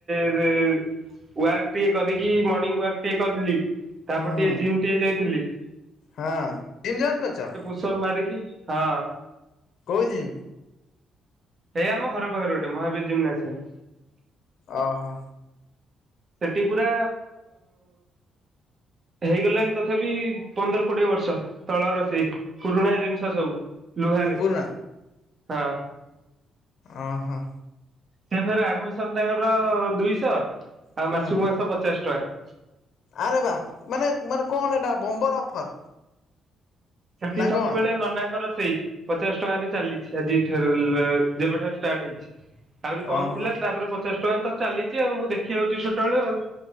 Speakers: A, on the right; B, on the left.
A: ୱାକ୍ ଟିକେ କରିକି ମର୍ଣିଂ ୱାକ୍ ଟିକେ କରିଥିଲି ତାପରେ
B: ହୁଁ
A: ଟିକେ ଜିମ୍ ଟିକେ ଯାଇଥିଲି।
B: ହଁ କିମ ଜଏନ୍ କରଛ?
A: ସବ ମାରିକି ହଁ।
B: କହୁଛିି।
A: ହେଇଆ ଆମ ଘର ପାଖରେ ଗୋଟେ ମହାବୀର ଯେମି ଅସନ୍।
B: ଓହୋ।
A: ସେଠି ପୁରା ହେଇଗଲଣି ତଥାପି ପନ୍ଦର କୋଡିଏ ବର୍ଷ। ତଳ ର ସେେଇ ପୁରୁଣାଆ ଜିନିଷ ସବୁ ଲୁହାରେ
B: ପୁରୁଣା
A: ହଁ।
B: ଓହୋ।
A: ସେ ଫର ଆଡମିସନ ତାଙ୍କର ଦୁଇଶହ ଆଉ
B: ହୁଁ
A: ମାସକୁ ମାସ ପଚାଶ ଟଙ୍କା।
B: ଆରେ ବା ମାନେ ମାନେ କଣ ଏଇଟା ବୋମ୍ବର ଅଫର।
A: ସେଠି
B: ନା
A: ସବୁବେଳେ
B: କଣ
A: ନନାଙ୍କର ସେଇ। ପଚାଶ ଟଙ୍କାରେ ଚାଲିଛି ଆଜି ଠ ଯେବେଠାରୁ ଷ୍ଟାର୍ଟ ହେଇଛି। ଆହୁରି କମ
B: ଓହୋ
A: ଥିଲା ତାପରେ ପଚାଶ ଟଙ୍କା ତ ଚାଲିଛି ଆଉ ମୁଁ ଦେଖି ଆଉଛି ଛଟବେଳୁ ଆଉ।